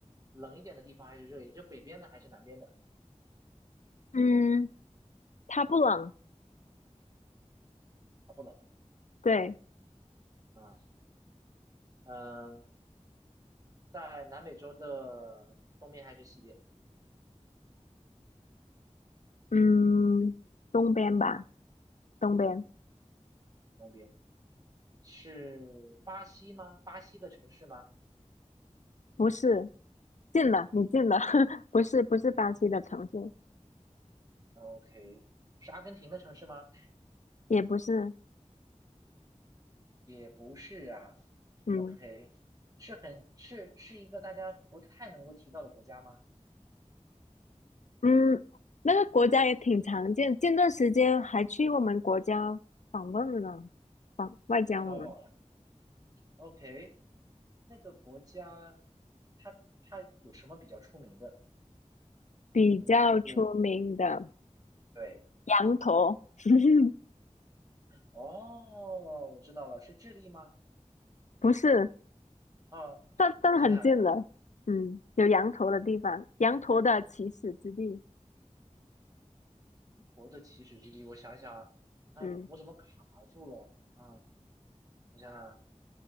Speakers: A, on the right; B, on the left.
A: 冷一点的地方还是热一点？就北边的还是南边的？
B: 嗯，它不冷。
A: 啊，不冷。
B: 对，
A: OK，啊、嗯、在南美洲的东边还是西边？
B: 嗯，东边吧，东边。
A: 东边是巴西吗？巴西的城市吗？
B: 不是，近了，你近了。<laughs> 不是，不是巴西的城市，
A: OK，是阿根廷的城市吗？
B: 也不是。
A: 也不是啊。
B: 嗯
A: OK，是很是是一个大家不太能够提到的国家吗？
B: 嗯，那个国家也挺常见，近段时间还去我们国家访问了呢访外交了呢。
A: 哦，OK，那个国家它它有什么比较出名的？
B: 比较出名的
A: 你能给我点对，
B: 羊驼。<laughs>
A: 哦，我知道了，是智利吗？
B: 不是，
A: 啊，
B: 但但很近了。
A: 我想想，羊
B: 嗯，有羊驼的地方，羊驼的起始之地。
A: 驼的起始之地，我想想啊，
B: 嗯，
A: 啊，我怎么卡住了？啊，我想想。